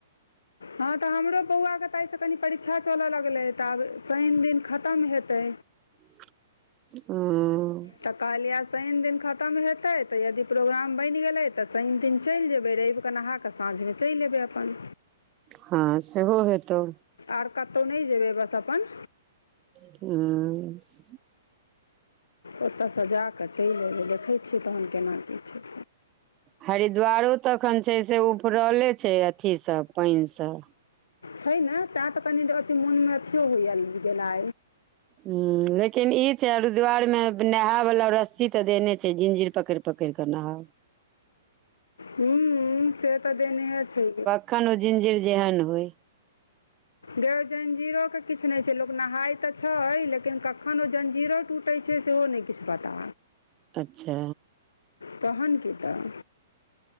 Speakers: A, on the left (about 80°); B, on the right (about 30°).
A: हँ तऽ हमरो बौआके तऽ एहिसँ कनि परीक्षा चलऽ लगलै तऽ आब शनि दिन खत्म हेतै।
B: ह।
A: तऽ कहलियै शनि दिन खत्म हेतै तऽ यदि प्रोग्राम बनि गेलै तऽ शनि दिन चलि जेबै रवि क नहा ऽ साँझमे चलि एबै अपन।
B: हँ सेहो हेतौ।
A: आर कतहु नहि जेबै बस अपन
B: ह
A: ओतऽसँ जा कऽ चलि अयबै देखै छियै तहन केना की छै
B: हरिद्वारो तऽ अखन छै से उफरले छै अथी सब पानि सब
A: छै ने तैं तऽ कनि अथि मोन मे अथियो होइया गेला
B: ह लेकिन ई छै हरिद्वार मे नहाय वला रस्सी तऽ देने छै जिंजिर पकड़ि पकड़ि क नहाय
A: हू से तऽ देने छै,
B: अखन ओ जिंजर जेहन होइ,
A: ग जंजीरो के किछ नहि छै लोग नहाय तऽ छै लेकिन कखन ओ जंजीरो टूट। छै सेहो नहि किछ पता
B: अच्छा।
A: तहन की तऽ,